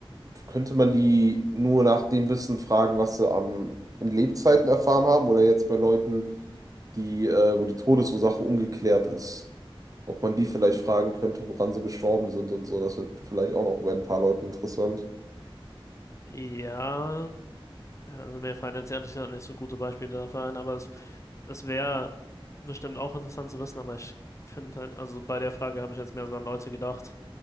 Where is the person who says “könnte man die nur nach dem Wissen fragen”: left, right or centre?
Right